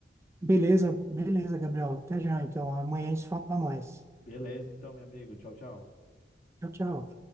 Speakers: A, on the right; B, on the left.
A: beleza, beleza, Gabriel. Até já, então. Amanhã a gente fala mais.
B: Beleza, então, meu amigo. Tchau, tchau.
A: Tchau, tchau.